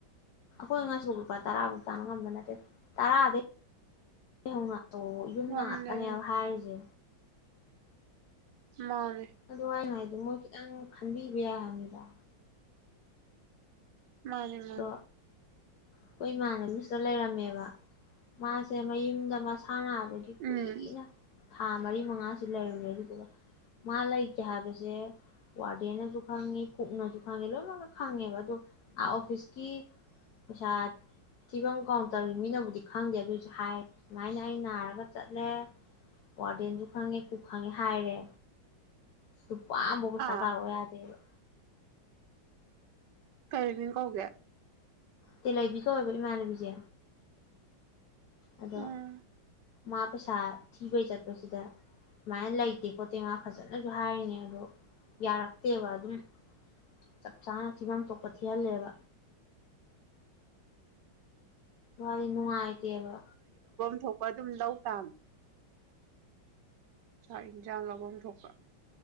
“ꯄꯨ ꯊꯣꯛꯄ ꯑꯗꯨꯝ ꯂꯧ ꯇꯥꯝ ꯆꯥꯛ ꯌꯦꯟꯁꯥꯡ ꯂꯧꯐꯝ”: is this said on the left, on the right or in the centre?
Right